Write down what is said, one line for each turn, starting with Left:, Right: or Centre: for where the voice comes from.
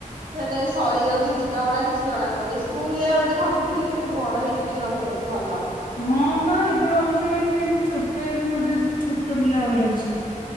Right: ମାନେ ସରିଯାଉଛି ଦିନ ଗଡା। କିଛି ଜଣା ପଡୁନି ସ୍କୁଲ ଭାବୁଥିଲି, କେତେ ବଡ ହେଇଯିବ ଜଲ୍ଦି ଜଲଦି ଭଲ।
Left: ହଁ ବା ଏବେ ଭାବୁଛି ଭାଇ ମୁଁ କେମିତି ଛୋଟ ଏବେ ମତେ। ଛୋଟ ପିଲା ହେବାର ଅଛି।